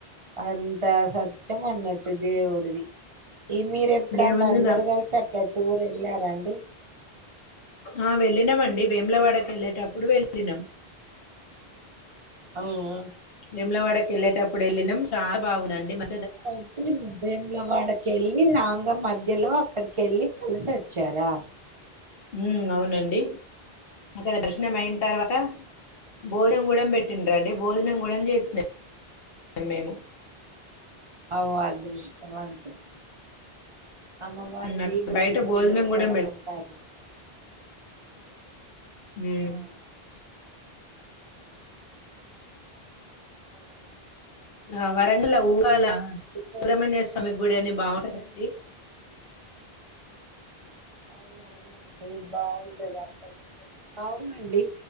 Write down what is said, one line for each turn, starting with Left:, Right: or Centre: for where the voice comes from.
Right: అంత సత్యం అన్నట్ దేవుడిది ప్పప్ ఈ మీర ఎప్పుడన్న
Left: దేవుంది
Right: అందరు
Left: నా
Right: కలిసి అట్లాడ్ టూర్ వెళ్ళారాండి.
Left: ఆ వెళ్ళినంమండి వేములవాడకి ఎళ్ళేటప్పుడు వెళ్ళినం
Right: ఆవ్ ఆ
Left: మేములవాడకి వెళ్ళేటప్పుడు వెళ్ళినాం చాలా బాగుందండి మ
Right: అటు వేమ్లవాడకేల్లి రాంగ మధ్య మధ్యలో అక్కడికి వెళ్ళి కలిసి వచ్చారా
Left: ఉమ్ అవునండి. అక్కడ దర్శనం అయిన తర్వాత అ భోజనం కూడా పెట్టిరండి భోజనం కూడా చేసినం మేము
Right: అవు అదృష్టమంతులు అమ్మవారిది
Left: హ్మ్ అక్కడ
Right: భోజనం
Left: బయట
Right: దూరకడంటే
Left: గూడా
Right: అదృష్టం.
Left: ఉమ్
Right: ఆ అరే
Left: ఆ వరంగల్ వుంగలా
Right: కూడా
Left: సుబ్రమణ్య స్వామి గుడి అన్నీ బాగుంటాదండి
Right: అవును అవునండి బాగుంటది అక్కడికి ఇక్కడికి అవునండి